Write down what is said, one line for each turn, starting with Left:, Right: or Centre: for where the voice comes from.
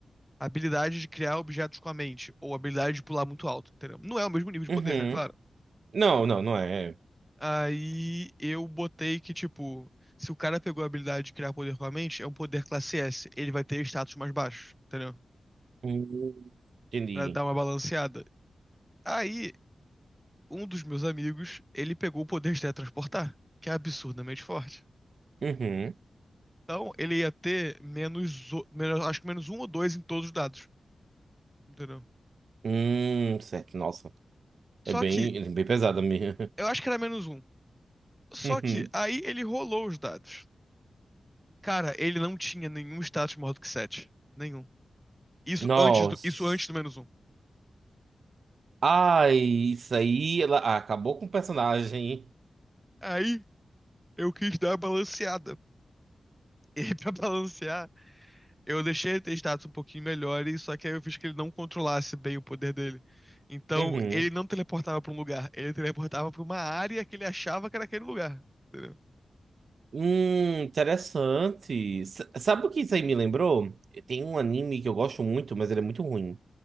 Centre: a habilidade de criar objetos com a mente, ou a habilidade de pular muito alto, entendeu? Não é o mesmo nível de
Right: Uhum.
Centre: poder, né? Claro.
Right: Não, não, não é.
Centre: Aí eu botei que, tipo, se o cara pegou a habilidade de criar poder com a mente, é um poder classe S. Ele vai ter status mais baixo, entendeu?
Right: Hum, entendi.
Centre: Pra dar uma balanceada. Aí, um dos meus amigos, ele pegou o poder de teletransportar, que é absurdamente forte.
Right: Uhum.
Centre: Então, ele ia ter menos, o- menos- acho que menos um ou dois em todos os dados, entendeu?
Right: Hum, certo. Nossa.
Centre: Só
Right: É bem,
Centre: que,
Right: é bem pesada mesmo. <laughs>
Centre: eu acho que era menos um. Só
Right: Uhum.
Centre: que, aí ele rolou os dados. Cara, ele não tinha nenhum status maior do que sete, Nenhum. Isso
Right: Nossa.
Centre: antes do, isso antes do menos um.
Right: Ai, isso aí ela ah, acabou com o personagem.
Centre: Aí Eu quis dar uma balanceada. E <laughs> pra balancear, eu deixei ele ter status um pouquinho melhores, só que aí eu fiz que ele não controlasse bem o poder dele. Então,
Right: Uhum.
Centre: ele não teleportava pra um lugar, ele teleportava pra uma área que ele achava que era aquele lugar. entendeu?
Right: Hum, interessante. S- sabe o que isso aí me lembrou? Tem um anime que eu gosto muito, mas ele é muito ruim.